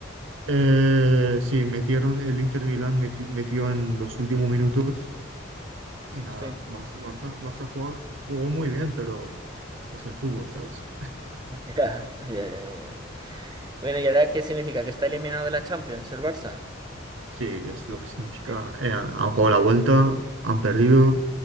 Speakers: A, on the right; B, on the right.
A: Eh, sí, metieron, el Inter Milán meti- metió en los últimos minutos y nada,
B: Sí. <laughs>
A: Barça, Barça, Barça jugó, jugó muy bien, pero es el fútbol, ¿sabes?
B: Ya, ya, ya, ya. Bueno, ¿y ahora qué significa? ¿Que está eliminado de la Champions el Barça?
A: Sí, es lo que significa.
B: Sí.
A: eh, han jugado la vuelta, han perdido